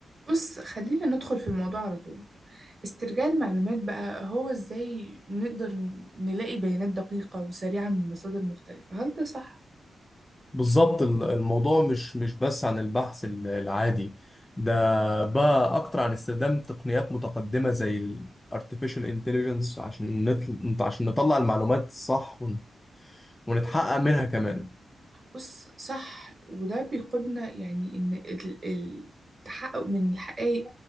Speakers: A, on the right; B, on the left.
A: بص خلينا ندخل في الموضوع على طول استرجاع المعلومات بقى هو ازاي نقدر نلاقي بيانات دقيقة وسريعة من مصادر مختلفة هل ده صح؟
B: بالظبط ال- الموضوع مش مش بس عن البحث ال- العادي ده بقى اكتر عن استخدام تقنيات متقدمة زي ال artificial intelligence عشان نطل... عشان نطلع المعلومات الصح ون... ونتحقق منها كمان
A: بص صح وده بيقودنا يعني ان ال- ال- التحقق من الحقائق